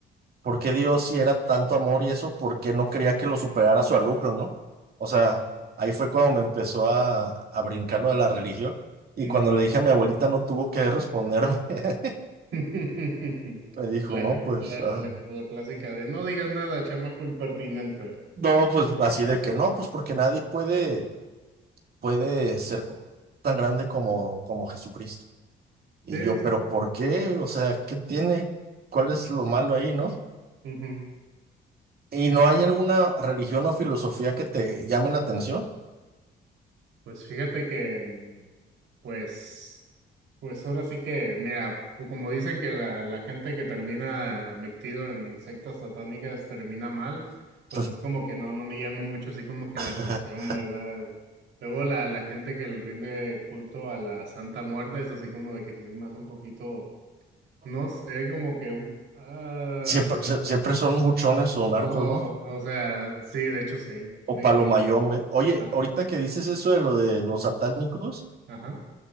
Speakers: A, on the right (about 50°); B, on the right (about 75°).
A: por qué Dios, si era tanto amor y eso, por qué no quería que lo superara su alumno, ¿no? O sea, ahí fue cuando me empezó a, a brincar lo de la religión y
B: mm,
A: cuando le dije a mi abuelita no tuvo que responderme. <laughs>
B: <laughs>
A: Me dijo,
B: La,
A: no, pues,
B: la,
A: ah,
B: la, la clásica de no digas nada, chamaco impertinente.
A: no, pues así de que no, pues porque nadie puede, puede ser tan grande como, como Jesucristo. Y
B: Sí,
A: yo, pero ¿por qué? O sea, ¿qué tiene? ¿Cuál es lo malo ahí, no?
B: Ujú,
A: ¿Y
B: sí.
A: no hay alguna religión o filosofía que te llame la atención?
B: Pues fíjate que, mm, pues, pues ahora sí que, mira, pues como dicen que la, la gente que termina metido en sectas satánicas termina mal, pues
A: Pues,
B: es como que no, no me llama mucho así como que
A: <laughs>
B: la atención, ¿verdad? Luego la, la gente que le rinde culto a la Santa Muerte es así como de que sí se me hace un poquito, no sé, como que un, ah,
A: Siempre, se- siempre son buchones o narcos,
B: o,
A: ¿no?
B: o, o sea, sí, de hecho sí,
A: O
B: de
A: palomayombe.
B: que,
A: Oye,
B: ah,
A: ahorita que dices eso de lo de los satánicos,
B: ajá.